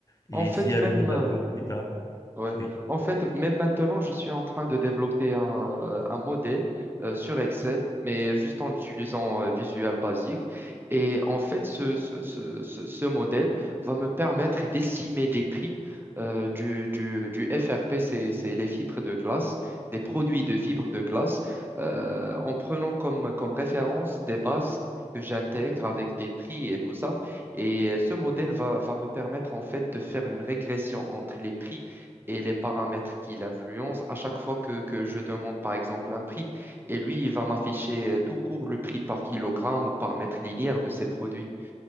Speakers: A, on the left; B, on the right.
A: Et
B: En fait,
A: s'il y
B: même.
A: a des mises
B: euh,
A: à jour plus tard,
B: Ouais.
A: oui.
B: En fait, même maintenant, je suis en train de développer un, euh, un modèle euh, sur Excel, mais juste en utilisant euh, Visual Basic. Et en fait, ce, ce, ce, ce- ce modèle va me permettre d'estimer des prix euh, du, du, du FRP, c'est, c'est les fibres de glace, des produits de fibres de glace, euh, en prenant comme, comme référence des bases. que j'intègre avec des prix et tout ça. Et euh, ce modèle va, va me permettre en fait de faire une régression entre les prix et les paramètres qui l'influencent à chaque fois que, que je demande, par exemple, un prix. Et lui, il va m'afficher euh, tout court le prix par kilogramme ou par mètre linéaire de ses produits.